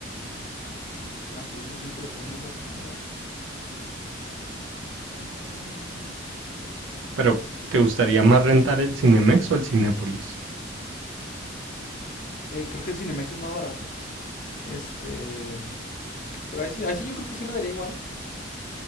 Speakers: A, on the left; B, on the right.
A: Ah, sí, dice 5 de junio es la primera. Tararararam.
B: Pero, ¿te gustaría más rentar el Cinemex o el Cinépolis?
A: Eh, creo que el Cinemex es más barato. Este... Pero ahí sí, ahí sí yo creo que sí me daría igual.